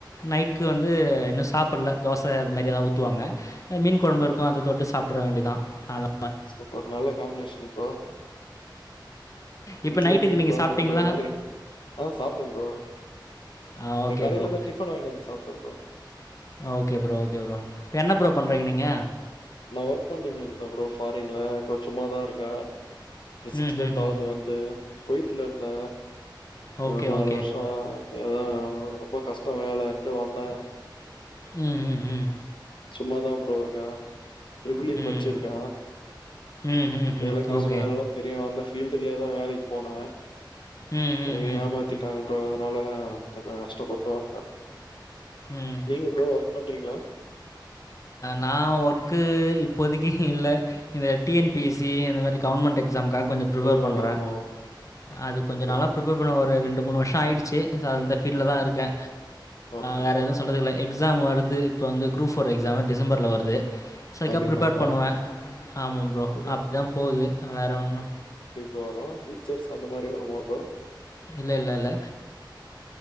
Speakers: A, on the left; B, on the left.
A: நைட்டுக்கு வந்து இன்னு சாப்ல்ல தோச அது மாரி எதாவது ஊத்துவாங்க மீன் கொழம்பு
B: அப்டியா
A: இருக்கு அத
B: ப்ரோ
A: தொட்டு சாப்ட வேண்டிதா அதா
B: சூப்பர் நல்ல காம்பினேஷன் ப்ரா
A: இப்ப
B: இட்லி
A: நைட்டுக்கு
B: மீன்
A: நீங்க
B: கொழம்புண்ற
A: சாப்பிட்டீங்களா?
B: மாரி ஆ சாப்ட்ட ப்ரோ
A: ஆ ஓகே
B: நா கடைலதா
A: ப்ரோ.
B: டிஃபன் வாங்கிட்டு வந்து சாப்ட்ட bro
A: okay bro, okay bro. இப்ப என்ன ப்ரோ பண்றீங்க நீங்க?
B: நா ஒர்க் பண்ணிட்டு இருந்தேன் ப்ரோ ஃபாரின்ல இப்ப சும்மாதா இருக்க சிக்ஸ்
A: ம்,
B: மந்த்
A: ம்,
B: ஆவுது
A: ம்.
B: வந்து கொவைத்ல இருந்த
A: ஓகே,
B: ஒரு நாலு
A: ஓகே.
B: வர்ஷோ எதா ரொம்ப கஷ்டோ வேலன்ட்டு வந்தே
A: ம் ம் ம்
B: சும்மாதா ப்ரோ இருக்க ட்ரிப்பிள் ஈ
A: ம்.
B: படிச்சிருக்க
A: ம், ம், ம்.
B: Electrician
A: okay.
B: வேல எல்லா தெரியு அந்த ஃபீல்டுலயேதா வேலைக்கு போன
A: ம், ம்,
B: இவிங்க
A: ம்.
B: ஏமாத்திட்டாங்க
A: ம்,
B: பரோ அதனால கொஞ்சோ கஷ்டப்பட்டு வந்ட்ட
A: ம்.
B: நீங்க ப்ரோ ஒர்க் பண்றீங்ளா
A: நா ஒர்க்கு இப்போதைக்கு இல்ல இந்த T N P S C அந்த மாரி கவர்மெண்ட் எக்ஸாம்காக கொஞ்சோ பிரிப்பேர்
B: ஓ!
A: பண்றே
B: ஆமா.
A: அது கொஞ்சோ
B: ஓகே,
A: நாளா
B: ஓகே.
A: ப்ரிப்பேர் பண்ண ஒரு ரெண்டு மூணு வருஷோ ஆயிடுச்சு ஸோ இந்த ஃபீல்டுலதா இருக்கே
B: ஓகே
A: வேற
B: ப்ரோ.
A: எதுவு சொல்லறதிகில்ல எக் எக்ஸாம் வருது இப்போ வந்து குரூப் ஃபோர் எக்ஸாம் டிசம்பர்ல் வருது ஸோ அதுக்காக
B: அப்டிங்களா
A: ப்ரிப்பேர்
B: ப்ரோ?
A: பண்ணுவே ஆமாம் ப்ரோ
B: சரி.
A: அப்டிதா போகுது வேற ஒன்னு
B: ரோரோ டீச்சர்ஸ் அந்த மாரி வருமா ப்ரோ
A: இல்ல, இல்ல, இல்ல.